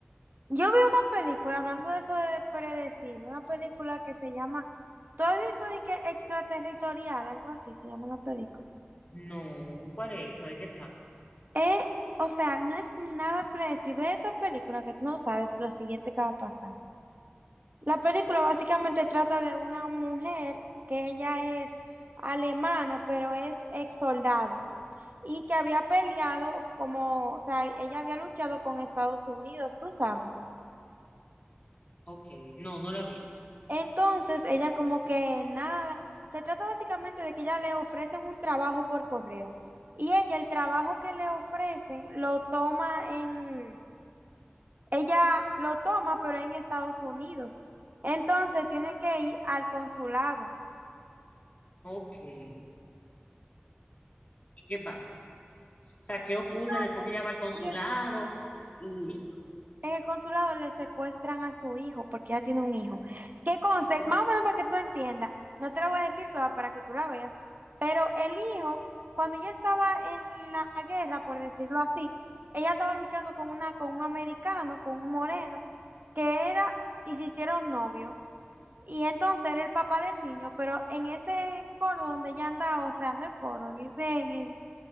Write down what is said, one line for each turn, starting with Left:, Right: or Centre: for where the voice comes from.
Right: yo vi una película, hablando de eso de predecir, una película que se llama, ¿tú has visto de que extraterritorial? Algo así se llama la película.
Left: No, ¿cuál es esa? ¿De qué trata?
Right: Eh, o sea, no es nada predecible de esta película que tú no sabes lo siguiente que va a pasar. La película básicamente trata de una mujer que ella es alemana, pero es ex soldado y que había peleado como, o sea, ella había luchado con Estados Unidos, tú sabes.
Left: Ok, no, no la he visto.
Right: Entonces, ella como que nada, se trata básicamente de que ella le ofrecen un trabajo por correo y ella el trabajo que le ofrecen lo toma en, ella lo toma pero en Estados Unidos. Entonces, tiene que ir al consulado.
Left: Ok, ¿y qué pasa? O sea, ¿qué ocurre
Right: Entonces,
Left: después que ella va al consulado
Right: en
Left: y eso?
Right: En el consulado le secuestran a su hijo porque ya tiene un hijo. ¿Qué conste? Más o menos para que tú entiendas. No te la voy a decir toda para que tú la veas. Pero el hijo, cuando ella estaba en la guerra, por decirlo así, ella estaba luchando con una, con un americano, con un moreno, que era, y se hicieron novio. Y entonces era el papá del niño, pero en ese coro donde ella andaba, o sea, no es coro, en ese, en el-